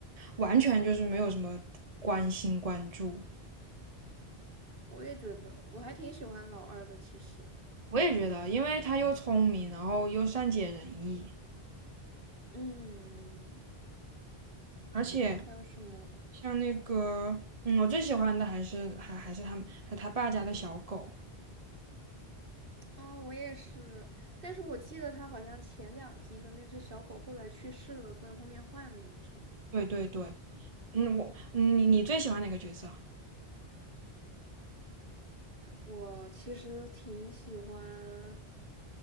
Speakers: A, on the right (about 35°); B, on the right (about 60°).
A: 完全就是没有什么关心关注。
B: 我也觉得，我还挺喜欢老二的，其实。
A: 我也觉得，因为他又聪明，然后又善解人意，
B: 嗯，
A: 而且
B: 还有什么？
A: 像那个，嗯，我最喜欢的还是还还是他们，还他爸家的小狗。
B: 啊？我也是，但是我记得他好像前两集的那只小狗后来去世了，所以后面换了一只。
A: 对对对，嗯，我，嗯你你最喜欢哪个角色
B: 我其实挺喜欢